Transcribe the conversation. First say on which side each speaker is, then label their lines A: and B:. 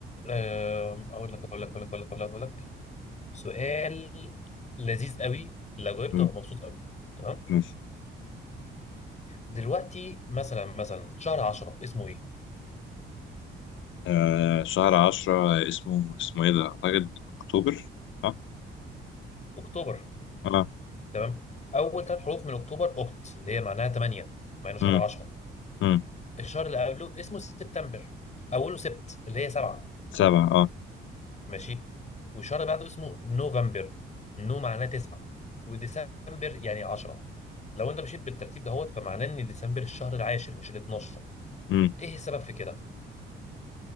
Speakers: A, on the left; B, on the left.
A: آه اقول لك اقول لك اقول لك اقول لك اقول لك أقول لك. سؤال لذيذ قوي لو جاوبته
B: مم.
A: هبقى مبسوط قوي تمام
B: ماشي
A: دلوقتي مثلا مثلا شهر 10 اسمه ايه؟
B: آه شهر عشرة اسمه اسمه ايه ده اعتقد اكتوبر اه
A: اكتوبر
B: اه
A: تمام؟ اول ثلاث حروف من اكتوبر اوكت اللي هي معناها 8 مع انه شهر
B: امم
A: 10
B: امم
A: الشهر اللي قبله اسمه سبتمبر اوله سبت اللي هي 7
B: سبعة اه
A: ماشي؟ والشهر اللي بعده اسمه نوفمبر نو معناه 9 وديسمبر يعني 10 لو انت مشيت بالترتيب دهوت فمعناه ان ديسمبر الشهر العاشر مش ال 12
B: امم
A: ايه السبب في كده؟